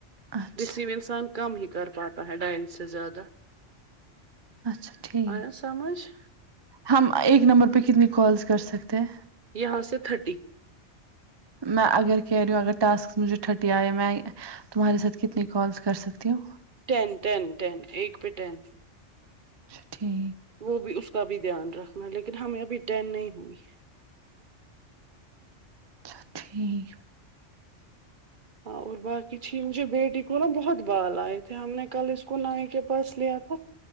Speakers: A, on the right (about 30°); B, on the right (about 45°).
A: اچھا
B: دسیی مینس انسان کم ہی کر پاتا ہے ڈائن سے زیادہ
A: اچھا ٹھیک
B: آیا سمجھ
A: ہم ایک نمبر پہ کتنی کالس کر سکتے ہیں
B: یہاں سے ٹھرٹی
A: میں اگر کہہ رہی ہوں اگر ٹاسکس مجھے تھرٹی آئے میں تمہارے ساتھ کتنی کالس کر سکتی ہو
B: ٹین ٹین ٹین ایک پہ ٹین
A: اچھا ٹھیک
B: وہ بھی اس کا بھی دھیان رکھنا لیکن ہمیں ابھی ٹین نہیں ہوئی
A: اچھا ٹھیک
B: ہاں اور باقی چھ مجھے بیٹی کو نا بہت بال آئے تھے ہم نے کل اس کو نائ کے پاس لیا تھا